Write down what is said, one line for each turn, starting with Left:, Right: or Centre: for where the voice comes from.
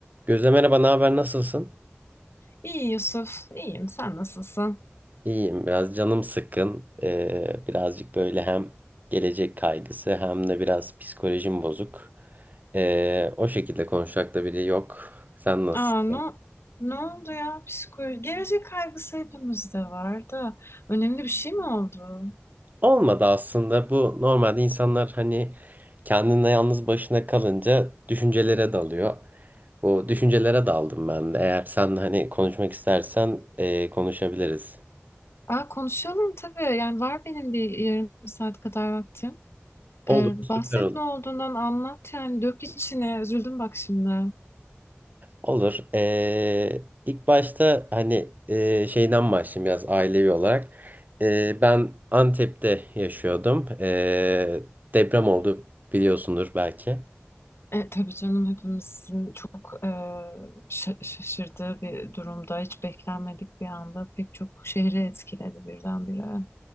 Right: Gözde merhaba, ne haber, nasılsın?
Left: İyi Yusuf, iyiyim. Sen nasılsın?
Right: İyiyim, biraz canım sıkkın. Ee, birazcık böyle hem gelecek kaygısı hem de biraz psikolojim bozuk. Ee, o şekilde konuşacak da biri yok. Sen nasılsın?
Left: Aa, ne, ne oldu ya? Psikoloji, gelecek kaygısı hepimizde var da. Önemli bir şey mi oldu?
Right: Olmadı aslında. Bu normalde insanlar hani kendine yalnız başına kalınca düşüncelere dalıyor. Bu düşüncelere daldım ben de. Eğer sen hani konuşmak istersen ee, konuşabiliriz.
Left: Aa, konuşalım tabii. Yani var benim bir yarım saat kadar vaktim.
Right: Olur,
Left: Ee, bahset
Right: süper olur.
Left: ne olduğundan anlat yani. Dök içine. Üzüldüm bak şimdi.
Right: Olur. Ee, ilk başta hani e, şeyden başlayayım biraz ailevi olarak. Ee, ben Antep'te yaşıyordum. Ee, deprem oldu biliyorsundur belki.
Left: E, tabii canım hepimizin çok e, şa- şaşırdığı bir durumda. Hiç beklenmedik bir anda. Pek çok şehri etkiledi birdenbire.